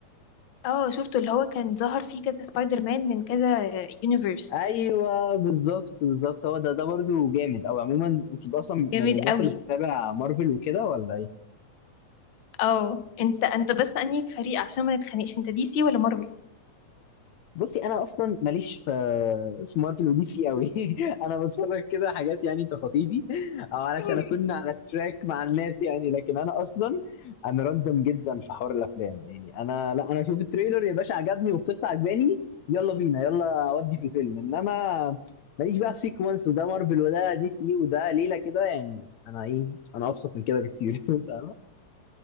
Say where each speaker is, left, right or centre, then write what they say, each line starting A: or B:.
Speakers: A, on the left; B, on the left.
A: اه شفته اللي هو كان ظهر فيه كذا سبايدر مان من كذا يونيفرس
B: ايوه بالظبط بالظبط هو ده ده برده جامد او عموما انت اصلا من
A: جامد
B: الناس
A: قوي
B: اللي بتتابع مارفل وكده ولا ايه
A: اه انت انت بس انهي فريق عشان ما نتخانقش انت دي سي ولا مارفل
B: بصي انا اصلا ماليش في في مارفل ودي سي قوي <laughs> انا بتفرج كده حاجات يعني تخطيفي او علشان
A: <laughs>
B: اكون على التراك مع الناس يعني لكن انا اصلا انا راندم جدا في حوار الافلام يعني انا لا انا اشوف التريلر يا باشا عجبني والقصه عجباني يلا بينا يلا اودي في الفيلم انما ماليش بقى في سيكونس وده مارفل وده دي سي وده ليله كده يعني انا ايه انا ابسط من كده بكتير <laughs> فاهمه